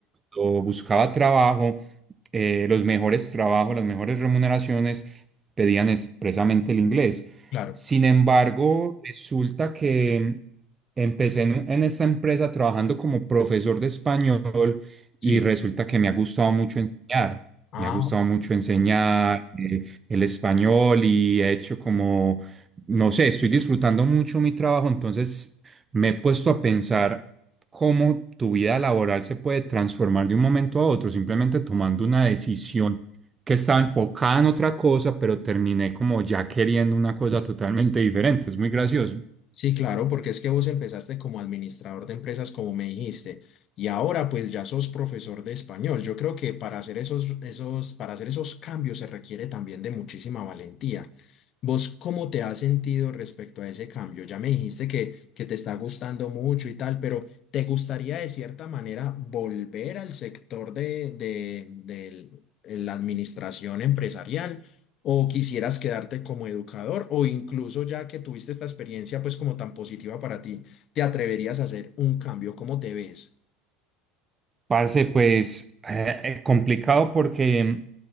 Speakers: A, on the right (about 25°); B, on the left (about 50°).
A: cuando buscaba trabajo, eh, los mejores trabajos, las mejores remuneraciones pedían expresamente el inglés.
B: claro,
A: Sin embargo, resulta que empecé en, en esta empresa trabajando como profesor de español
B: sí.
A: y resulta que me ha gustado mucho enseñar.
B: Ah,
A: Me ha gustado mucho enseñar eh, el español y he hecho como, no sé, estoy disfrutando mucho mi trabajo, entonces me he puesto a pensar cómo tu vida laboral se puede transformar de un momento a otro, simplemente tomando una decisión que estaba enfocada en otra cosa, pero terminé como ya queriendo una cosa totalmente diferente. Es muy gracioso.
B: Sí, claro, porque es que vos empezaste como administrador de empresas, como me dijiste, y ahora pues ya sos profesor de español. Yo creo que para hacer esos, esos, para hacer esos cambios se requiere también de muchísima valentía. ¿Vos cómo te has sentido respecto a ese cambio? Ya me dijiste que, que te está gustando mucho y tal, pero ¿te gustaría de cierta manera volver al sector de, de, de la administración empresarial? o quisieras quedarte como educador o incluso ya que tuviste esta experiencia pues como tan positiva para ti, te atreverías a hacer un cambio, ¿cómo te ves?
A: Parce, pues eh, eh, complicado porque